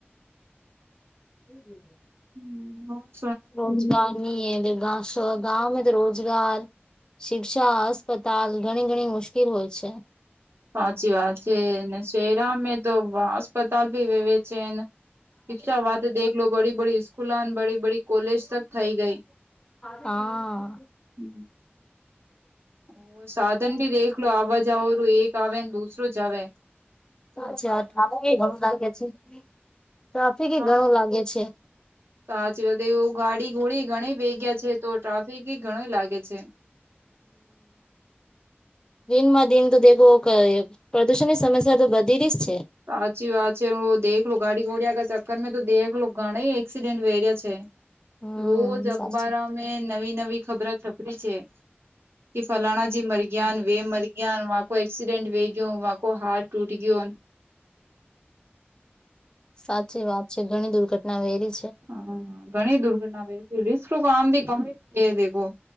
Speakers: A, on the left (about 20°); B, on the right (about 75°).
A: હમ હમ.
B: હમ હ
A: રોજગાર નહી <unintelligible> ગામાં તો રોજગાર શિક્ષા, અસ્પતાલ ઘણી ઘણી મુશ્કેલ હોય છે.
B: સાચી વાત છે શેરામાં તો અસ્પતાલ ભી વેવે છે ને શિક્ષા વાતે દેખલો લો બડી બડી સ્કૂલન બડી બડી કોલેજ તક થઈ ગઈ.
A: હા.
B: હમ. ઓ સાધન ભી દેખલો આવાજાવ એક આવે ને દુ હવે.
A: અ્છા ટ્રાફિક એણું લાગે છે, ટ્રાફિક એ
B: હા
A: ઘણું લાગે છે.
B: સાચી વાત તો એવું, ગાડી ઘોડી ઘણી ભેગ્યા છે. તો ટ્રાફિક ગણો લાગે છે.
A: દિનમા, દિન તો દેખો પ્રદુષણની સમસ્યા તો વધી ર જ છે.
B: સાચી વાત છે, દેખ લો ગાડી ઘોડિયાગ પણ મેં તો દેખલ ઘણા એક્સિડેન્ટ વેર્યા છે.
A: હમ
B: રોજ અખબાર,
A: સાચી
B: મેં નવી નવી ખબર છપરી છે. કે ફલાણાજીી, મર ગયાન વે મર ગયાન વ કો એક્સીિડેન્ટ વેગ ક કો હાર, ટૂટ ગયયો
A: સાચી વાત છે, ઘણી દુર્ઘટના વહેરી
B: હા, હા ગણેશ દુર્ગા ના વ આામ, ભી કમેે